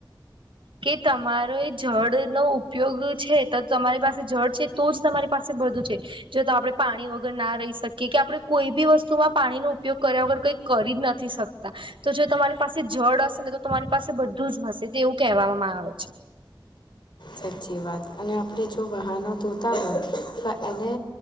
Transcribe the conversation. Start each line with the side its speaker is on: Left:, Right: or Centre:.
Right: કે તમારો એ જળનોો ઉપયોગ છે તો તમારી પાસે જળ છે. તો જ તમારી પાસે બધું છે જો તો આપણે પાણી વગર ના રહી શકીએ કે આપડણે કોઈ બી વસ્તુ વસ્તુમાં પાણીનોો ઉપયોગ કર્યા વગર કઈ કરી નથી શકતા તો જો તમારી પાસે જળ હશે ને તો તમારી પાસે બધું જ હશે તેવું કહેવામાં આવે છે.
Left: સાચી વાત અને આપણે જો વહાનો ધોતા હોય તો એને...